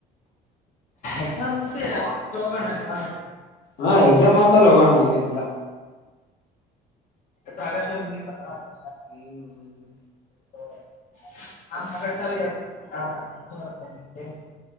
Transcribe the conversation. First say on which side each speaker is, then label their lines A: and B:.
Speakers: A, on the left (about 50°); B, on the left (about 75°).
A: ಎಕ್ಸಾಮ್ ಮುಗಸಿ ಯಾವಾಗರ್ ಹೋಗಾಣ ಆಯ್ತಾ.....
B: ಹಾ ಎಕ್ಸಾಮ್ ಆದ್ಮೇಲೆ ಹೋಗೋಣ ಹಂಗೇನಿಲ್ಲ.
A: ಜಾಗಶ ಮುಗಿತಪ <unintelligible>
B: ಹ್ಮ್ ಹ್ಮ್
A: <unintelligible>